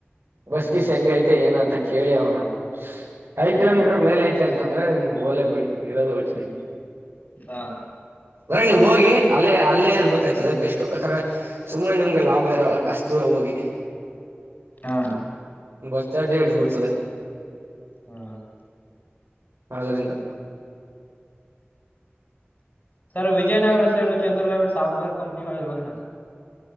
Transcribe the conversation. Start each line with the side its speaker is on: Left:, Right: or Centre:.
Right: ಬಸ್ ಗಿಸ್
Left: ಹ್ಮ್ ಹ್ಮ್
Right: ಹೆಂಗ ಐತೆ ಏನ ಅಂತ ಕೇಳಿ ಅವ್ರನ್ನ ಐದ್
Left: ಹ್ಮ್
Right: ಕಿಲೋಮೀಟರ್ ಮೇಲ ಐತೆ ಅಂದ್ರೆ ಹೋಗ್ಲಿ ಬಿಡಿ ಇರೋದು ಹೋಳ್ಸೆ
Left: ಹಾ
Right: ಅಂದ್ರೆ ನೀ ಹೋಗಿ ಅಲ್ಲೇ ಅಲ್ಲೇ ಇರ್ಬೇಕ್ತದ ಬೆಸ್ಟ್ ಯಾಕಂದ್ರೆ ಸುಮ್ನೆ ನಿಮ್ಗೆ ಲಾಭ ಇರೋಲ್ಲ ಅಷ್ಟ್ ದೂರ ಹೋಗಿ
Left: ಹಾ
Right: ಬಸ್ ಚಾರ್ಜ್ ಹಿಡದ ಬಿಡುತ್ತದೆ
Left: ಹಾ
Right: ಆದರಿಂದ
Left: ಸರ್ ವಿಜಯನಗರ ಸೈಡು ಚಂದ್ರಲೇವಟ್ ವ ಸಾಫ್ಟ್ ವೇರ್ ಕಂಪನಿಗಳು ಇಲ್ವಾ ಸರ್